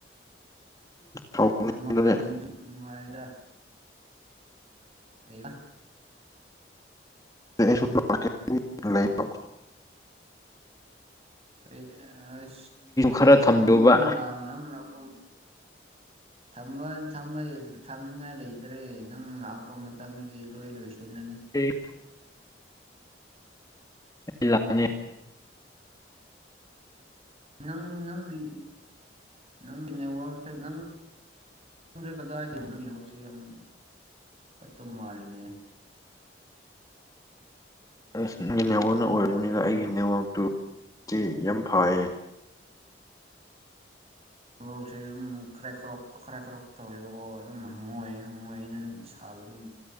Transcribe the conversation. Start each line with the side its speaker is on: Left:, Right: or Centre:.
Left: ꯁꯥꯎꯅꯤꯡꯕꯅꯦ
Right: ꯑꯃ ꯑꯅꯤꯗꯨ ꯅꯨꯡꯉꯥꯏꯔ ꯑꯩ
Left: ꯁꯨ ꯂꯩ ꯂ
Right: ꯑꯩꯣꯏ ꯑꯁ
Left: ꯈꯔ ꯊꯝꯕꯤꯌꯣꯕ
Right: ꯅꯣꯏ ꯅꯪ ꯂꯥꯛꯑꯣ ꯅꯪ ꯂꯥꯛꯄ
Left: <inaudible>
Right: ꯊꯝꯕ ꯊꯝꯅꯤꯡꯉꯥꯏ ꯂꯩꯇ꯭ꯔꯦ ꯅꯪ ꯂꯥꯛꯄ ꯃꯇꯝꯗꯗꯤ ꯂꯣꯏ ꯂꯣꯏꯁꯤ ꯊꯅꯅꯤ
Left: ꯑꯩ ꯏ ꯂꯅꯤ
Right: ꯅꯪ ꯅꯪꯒꯤ ꯅꯪꯒꯤ ꯅꯋꯛꯁ ꯅꯪ ꯇꯦ ꯀꯗꯥ ꯌꯥꯝ ꯄꯠꯇ ꯃꯃ ꯂꯅꯦ
Left: ꯑꯁ ꯅꯪꯒꯤ ꯅꯦꯋꯥꯛꯅ
Right: ꯈꯣꯟꯖꯦꯜꯁꯦ
Left: ꯑꯣꯏꯔꯕꯅꯤꯅ ꯑꯩꯒꯤ ꯅꯦꯋꯥꯛꯇꯨꯗꯤ ꯌꯥꯝ ꯐꯌꯦ
Right: ꯃꯣꯛꯁꯦ ꯑꯗꯨꯝ ꯈꯔ ꯀ꯭ꯔꯣꯛ ꯈꯔꯥꯏ ꯈ꯭ꯔꯣꯛ ꯇꯧꯋꯦꯕꯀꯣ ꯑꯗꯨꯝ ꯍꯪꯉꯣꯏꯦ ꯍꯪꯉꯣꯏꯦꯅ ꯁꯥꯕ ꯑꯗꯨꯝ